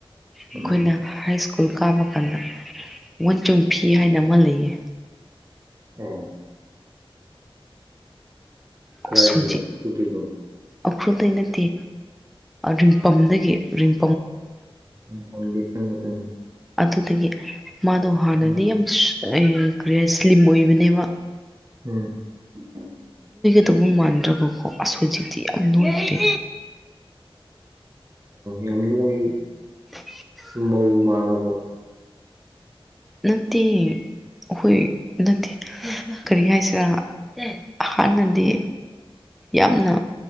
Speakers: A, in the centre; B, on the right.
A: ꯑꯩꯈꯣꯏꯅ
B: ꯎꯝ
A: ꯍꯥꯏꯁ꯭ꯀꯨꯜ ꯁ꯭ꯀꯨꯜ ꯀꯥꯕ ꯀꯥꯟꯗ ꯋꯥꯟꯆꯨꯡ ꯐꯤ ꯍꯥꯏꯅ ꯑꯃ ꯂꯩꯌꯦ
B: ꯑꯣ ꯀꯥꯏꯗꯩꯔꯣ
A: ꯑꯁ ꯍꯧꯖꯤꯛ
B: ꯎ꯭ꯔꯈꯨꯜꯗꯩꯔꯣ
A: ꯎꯈ꯭ꯔꯨꯜꯗꯩ ꯅꯠꯇꯦ ꯔꯤꯡꯄꯝꯗꯒꯤ ꯔꯤꯡ
B: ꯗꯤ ꯈꯪꯉꯦ ꯈꯪꯉꯦ
A: ꯑꯗꯨꯗꯒꯤ ꯃꯥꯗꯣ ꯍꯥꯟꯅꯗꯤ
B: ꯎꯝ
A: ꯌꯥꯝ ꯀꯔꯤ ꯍꯥꯏ ꯁ꯭ꯂꯤꯝ ꯑꯣꯏꯕꯅꯦꯕ
B: ꯎꯝ
A: ꯑꯗꯨꯕꯨ ꯃꯥꯟꯗ꯭ꯔꯕꯀꯣ ꯑꯁ ꯍꯧꯖꯤꯛꯇꯤ ꯌꯥꯝ ꯅꯣꯏꯈ꯭ꯔꯦ
B: ꯌꯥꯝꯅꯣꯏ
A: <unintelligible>
B: ꯃꯧ ꯃꯥꯂꯕꯣ
A: ꯅꯠꯇꯦ ꯑꯩꯈꯣꯏ ꯅꯠꯇꯦ ꯀꯔꯤ ꯍꯥꯏꯁꯤꯔꯥ ꯍꯥꯟꯅꯗꯤ ꯌꯥꯝꯅ